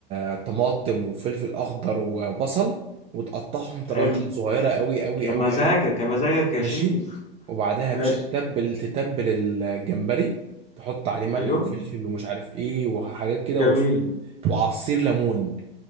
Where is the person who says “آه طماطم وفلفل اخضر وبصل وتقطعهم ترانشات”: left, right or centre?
Right